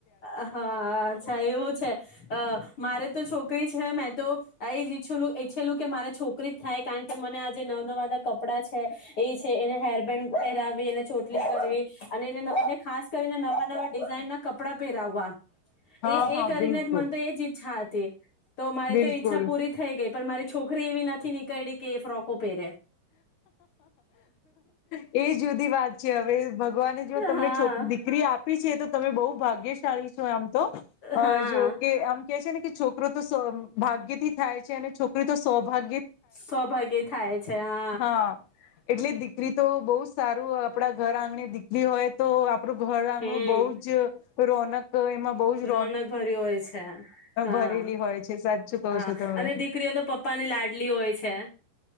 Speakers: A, on the left; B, on the left.
A: આહ હા અચ્છા એવું છે અહ મારે તો છોકરી છે, મેં તો આ એજ ઈચ્છુંલું ઈચ્છેલું કે મારે છોકરી જ થાય કારણ કે મને આ જે નવા નવા કપડાં છે એ છે એને હેરબેન્ડ પહેરાવી, એને ચોટલી કરવી અને એને નવ ખાસ કરીને નવા નવા ડિઝાઇન ના કપડા પહેરાવવા. એ
B: હા હા
A: એ
B: બિલકુલ
A: કરીને જ મને તો એ જ ઈચ્છા તે. તો મારી
B: બિલકુલ
A: તો ઈચ્છા પૂરી થઈ ગઈ. પણ મારી છોકરી એવી નથી નીકયળી કે એ ફ્રોકો પહેરે.
B: એ જુદી વાત છે અવે ભગવાને જો તમને
A: હા
B: છો દીકરી આપી છે તો તમે બઉ ભાગ્યશાળી છો આમ તો અ
A: હા
B: જો કે આમ કે છે ને કે છોકરો તો સૌ ભાગ્યથી થાય છે, અને છોકરી તો સૌભા
A: સૌ ભાગે થાય છે, હાં.
B: હાં. એટલે દિ દીકરી તો બઉ સારું આપડા ઘર આંગણે દીકરી હોય તો આપણું ઘર આંગણું
A: હમ
B: બહુ જ રોનક એમાં બહુ જ
A: રોનક ઘર્યું હોય છે, હાં
B: ભરેલી હોય છે સાચું કહો
A: હાં
B: છો તમે
A: અને દીકરીઓ તો પપ્પાની લાડલી હોય છે.